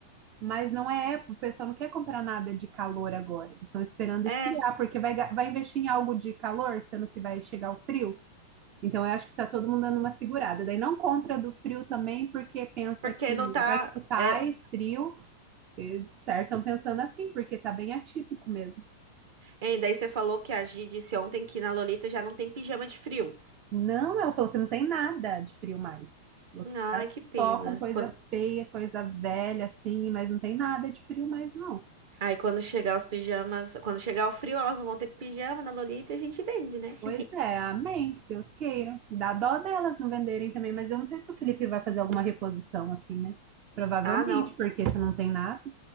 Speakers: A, on the right (about 35°); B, on the right (about 60°).
A: Mas não é época, o pessoal não quer comprar nada de calor agora. Eles estão esperando
B: É,
A: esfriar, porque vai, ga- vai investir em algo de calor, sendo que vai chegar o frio. Então, eu acho que está todo mundo dando uma segurada. Daí não compra do frio também, porque pensa
B: porque
A: que
B: não tá.
A: vai que faz
B: É...
A: frio. E, certo, estão pensando assim, porque está bem atípico mesmo.
B: Hein, daí você falou que a Gi disse ontem que na Lolita já não tem pijama de frio.
A: Não, ela falou que não tem nada de frio mais. Falou que
B: Ai,
A: Tá
B: que
A: só
B: pena.
A: com coisa
B: Quando...
A: feia, coisa velha, assim, mas não tem nada de frio mais, não.
B: Aí quando chegar os pijamas, quando chegar o frio, elas não vão ter pijama na Lolita e a gente vende, né?
A: Pois
B: <laughs>
A: é, amém, que Deus queira. Dá dó delas não venderem também, mas eu não sei se o Felipe vai fazer alguma reposição assim, né? Provavelmente,
B: Ah, não.
A: porque se não tem nada,